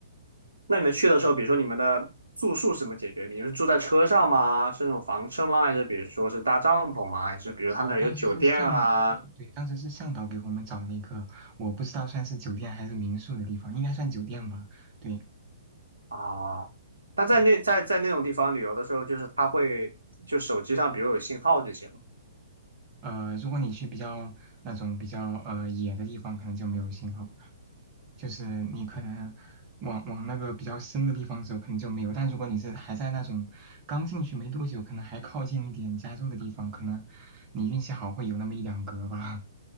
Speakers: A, on the right; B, on the right.
A: 那你们去的时候，比如说你们的住宿是怎么解决？你们是住在车上吗？是那种房车吗？还是比如说是搭帐篷吗？还是比如他那儿有酒店啊？
B: 哦，当时是向呃，对，当时是向导给我们找了一个，我不知道算是酒店还是民宿的地方，应该算酒店吧。对，
A: 啊，那在那在在那种地方旅游的时候，
B: 嗯、
A: 就是它会就手机上，比如有信号就行了。
B: 呃，如果你去比较那种比较呃野的地方，可能就没有信号，就是你可能往往那个比较深的地方走，可能就没有。但如果你是还在那种刚进去没多久，可能还靠近一点加州的地方，可能你运气好会有那么一两格吧。